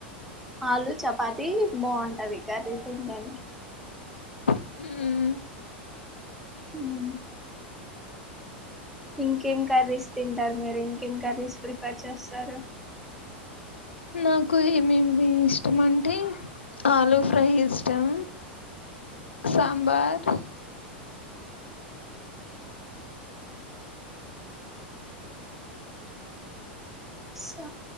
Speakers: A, in the centre; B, on the left (about 85°).
A: ఆలు చపాతి బాగుంటది కర్రీ తినడానికి
B: హ్మ్మ్
A: హ్మ్ ఇంకేం కర్రీస్ తింటారు మీరు ఇంకేం కర్రీస్ ప్రిఫర్ చేస్తారు
B: నాకు ఏమేమి ఇష్టం అంటే ఆలు ఫ్రై ఇష్టం సాబార్
A: స